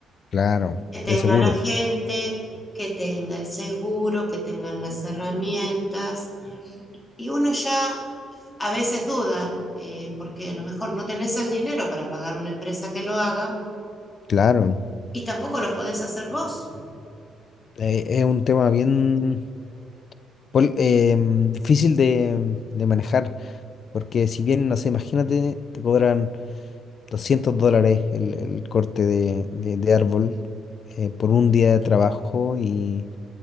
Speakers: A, on the left; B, on the left.
A: Claro,
B: que tenga
A: de seguro,
B: la gente, que tenga el seguro, que tengan las herramientas. Y uno ya a veces duda, eh, porque a lo mejor no tenés el dinero para pagar una empresa que lo haga
A: claro.
B: y tampoco lo podés hacer vos.
A: Eh, es un tema bien pol- eh, mm, difícil de, de manejar, porque si bien, no sé, imagínate, te cobran 200 dólares el, el corte de, de- de árbol eh, por un día de trabajo y,